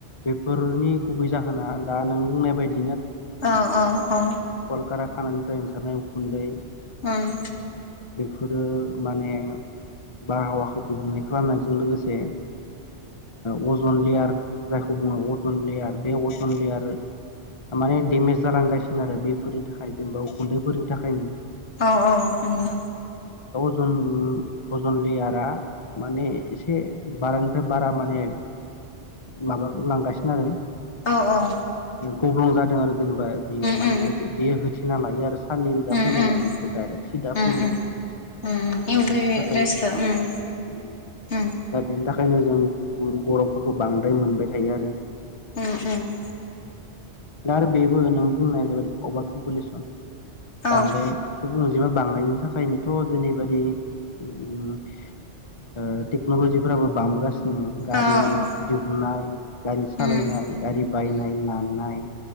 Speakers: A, on the left (about 30°); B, on the left (about 75°).
A: बेफोरनि गुबै जाहोना दा नों बुंनाय बायदि
B: अ अ अ
A: कलकार खानानिफ्राय ओंखारनाय उखुन्दै
B: उम
A: बेफोरो माने बारहावाखौ गुबुंले खालामनायजों लोगोसे ओ अजन लेयार जायखौ बुङो अजन लेयार बे अजन लेयार माने डेमेज जालांगासिनो आरो बैफोरनि थाखाय जेनेबा गुन्दैफोरनि थाखायनो
B: औव औव नंगौ।
A: उम अजन लेयारा माने एसे बारानिफ्राय बारा माने माबा लांगासिनो आरो
B: औ औ नंगौ औ
A: गब्लं जादों आरो जेनेबा बियो
B: उम
A: माने
B: उम
A: होथे ना लायो आरो साननै रोदा
B: उम
A: फैनाय
B: उम
A: माबानायखौ दडाइरेक्ट सि दा
B: उम
A: फैनायखौ
B: उम उम
A: दा
B: इउ
A: बेफोरनि
B: भि
A: थाखायनो
B: रेसखौ उम
A: उम
B: उम
A: दा बेनि थाखाय ओंखायनो जों गरमफोरखौ बांद्राय मोनबाय थायो आरो
B: उम उम
A: दा आरो बेबो नों बुंनाया जोबोद अभारपुलेसन
B: औ
A: बांद्राय सुबुं अन जिमा बांनायनि थाखायनोथ' जेनैबादि उम ओ टेक्न'लजिफोराबो बांबोगासि नो गारि
B: औ औ
A: दिहुननाय गारि सालायनाय
B: उम
A: गारि बायनाय
B: उम
A: लानाय